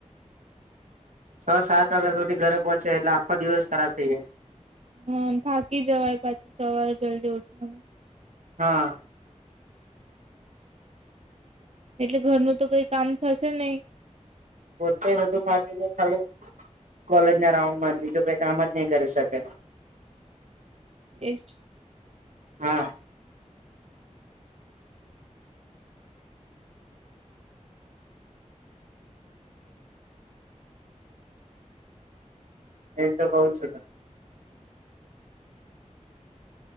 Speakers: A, on the right; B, on the right.
A: છ સાત વાગ્યા સુધી ઘરે પહોંચે એટલે આખો. દિવસ ખરાબ થઈ જાય
B: હા થાકી જવાય પાછું સવારે જલ્દી ઉઠવાનું.
A: હા
B: એટલે ઘરનું તો કઈ કામ થશે નહી
A: પોતે બું ફાકી ખા કોલેજ ના રાઉન્ડમાં જ બીજું કઈ કામ જ નહી કરી શકે
B: એ જ ને
A: હા એ તો બઉ છ